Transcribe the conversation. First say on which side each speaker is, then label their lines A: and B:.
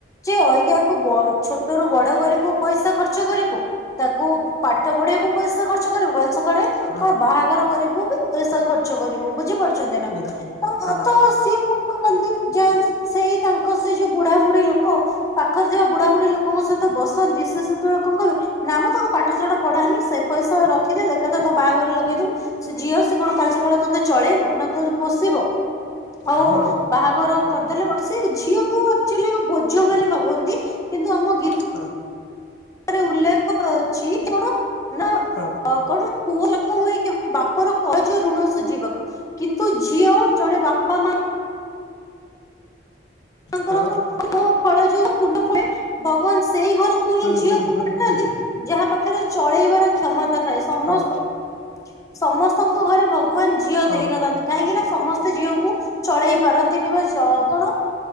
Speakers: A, on the left; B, on the left.
A: ଯେ ଅଜ୍ଞାକୁ ଛୋଟ ରୁ ବଡ କରିବୁ ପଇସା ଖର୍ଚ୍ଚ କରିବୁ। ତାକୁ ପାଠ ପଢେଇବୁ ପଇସା ଖର୍ଚ୍ଚ କରିବୁ କାଲି ସକାଳେ
B: ହଁ
A: କଣ ବାହାଘର କରିବୁ ପଇସା ଖର୍ଚ୍ଚ କରିବୁ ବୁଝିପାରୁଛନ୍ତି ନା
B: ନିହାତି।
A: ତ
B: ହଁ
A: ତ ସିଏ କଣ? ଲୋକନ୍ତି ଯ ସେଇ ତାଙ୍କ ସେ ଯୋଉ ବୁଢା ବୁଢୀ ଲୋକ ପାଖରେ ଯିବା ବୁଢା ବୁଢୀ ଲୋକଙ୍କ ସହିତ ବସନ୍ତି ସେତେବେଳେ କଣ କହିବେ ନା ମୁଁ ତାଙ୍କ ପାଠଶଢ ପଢାନି ସେ ରଖିଦି ଏକଥା ତା ବାହାଘର ଲଗେଇ ଦଉ ସେ ଝିଅ ସେ କଣ କାଲି ସକାଳ ଚଳେଇବ ନା ତ ପୋଷିବ ଆଉ
B: ହଁ ହଁ ହଁ।
A: ବାହାଘର
B: ନିହାତି
A: କରିଦେଲେ ଗୋଟେ ସ ଝିଅ ଆକଚୁଆଲି ବୋଝ ବୋଲି ଭାବନ୍ତି କିନ୍ତୁ ଆମ
B: ହଁ।
A: ରେ ଉଲ୍ଲେଖ ଅଛି କଣ ନା
B: ହଁ
A: କଣ ପୁଅ ନ ହୁଏ କେବଳ ବାପର କଜ ଋଣ ସୁଝିବାକୁ କିନ୍ତୁ ଝିଅ ଜଣେ ବାପା ମା ତାଙ୍କର
B: ହଁ
A: ଫଳ ଯୋଉ ପୂର୍ଣ୍ଣ ଫଳେ ଭଗବାନ ସେଇ ଘରକୁ
B: ହୁଁ
A: ହିଁ ଝିଅକୁ
B: ହୁଁ ହୁଁ
A: ପଠାନ୍ତି।
B: ହୁଁ
A: ଯାହା ପାଖରେ ଚଳେଇବାର କ୍ଷମତା ଥାଏ ସମସ୍ତ
B: ହଁ
A: ସମସ୍ତଙ୍କ ଘରେ ଭଗବାନ ଝିଅ
B: ହଁ
A: ଦେଇନଥାନ୍ତି କାହିଁକି ନା ସମସ୍ତେ ଝିଅଙ୍କୁ ଚଳେଇ ପାରନ୍ତିନି ବା କଣ